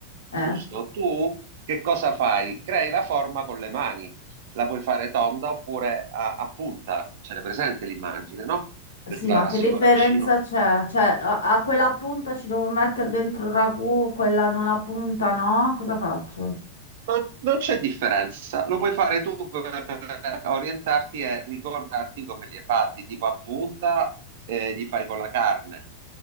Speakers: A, on the left; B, on the right.
A: Eh?
B: giusto? Tu che cosa fai? Crei la forma con le mani. La puoi fare tonda oppure a, a punta. Ce l'hai presente l'immagine, no? Del
A: Sì,
B: classico
A: ma che differenza
B: arancino.
A: c'è? Cioè, a, a quella punta ci devo mettere dentro il ragù, quella non ha punta, no? Cosa faccio?
B: Non, non c'è differenza, lo puoi fare tu per orientarti e ricordarti come li hai fatti, tipo a punta eh, li fai con la carne,